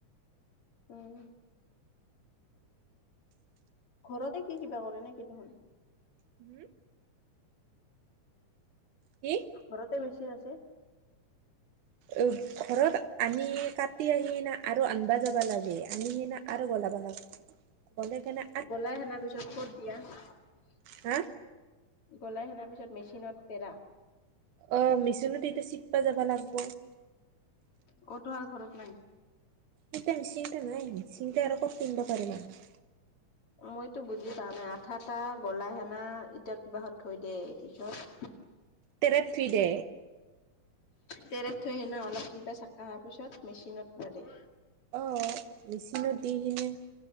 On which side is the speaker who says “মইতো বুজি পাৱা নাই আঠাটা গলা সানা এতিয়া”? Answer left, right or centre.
Left